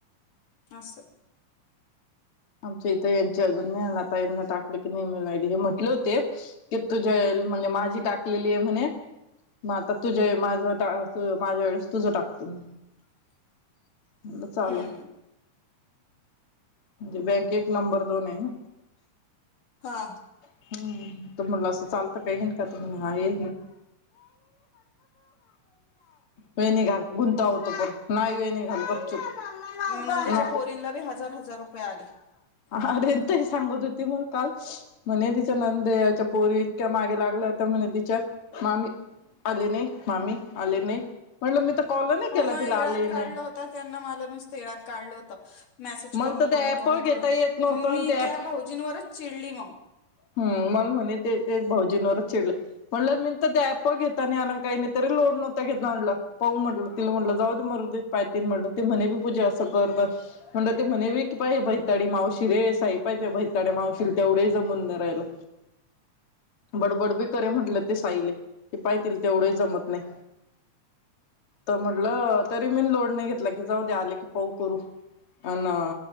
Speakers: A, on the left; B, on the left.
A: असस.
B: आमच्या इथं यांचे अजून आ आता यांना टाकलं की नेमी हे म्हटले होते की तुझ्या म्हणजे माझी टाकलेली आहे म्हणे मग आता तुझ माझ माझ्या वेळेस तुझ टाकतो म
A: <unintelligible>
B: म्हटलं चालव.
A: हम्म
B: म्हणजे बँक एक नंबर दोन आहे ना.
A: हा
B: हम्म त मला असं चालतं काहीन का तर मला हा ये वे नि घाल गुंता होतो प नाही वे नि घाल गपचूप. <unintelligible>
A: नंदेच्या
B: ह
A: पोरींला बी हजार हजार रुपये आले
B: अरेंतही सांगत होती मला काल म्हणे तिच्या नंदेच्या पोरी इतक्या मागे लागल्या होत म्हणे तिच्या मामी आले नाही मामी आले नाही म्हटलं मी तर कॉल नाही
A: हो
B: केला तिला
A: येळ्यात
B: आले नाही.
A: काढलं होत त्यांना मला नुसतं येळ्यात काढलं होत मेसेज
B: मला
A: करून
B: तर ते
A: करून
B: ऍप
A: कर
B: घेता
A: करून
B: येत नव्हतं
A: मग
B: आणि
A: मी
B: ते
A: त्या
B: ऍप
A: भाऊजींवरच चिडली मग
B: हम्म मला म्हणे ते तेच भाऊजींवरच चिडले म्हटलं मी तर त्याप प घेता नाही आणून काही नाही तरी लोड नव्हता घेतला म्हटलं पाहू म्हटलं तिला म्हटलं जाऊ दे मरो म्ह ते म्ही पूजा अस करत म्हण ते म्हणे क बैताडी मावशी रे पाहिे भैताडे मावशील तेवढे जमून न राहिला. बडबड बी करे म्हटलं ते साईले की पाहितील तेवढं जमत नाही. तर म्हटलं तरी मी लोड नाही घेतला की जाऊ द आले की पाऊ करू अ ना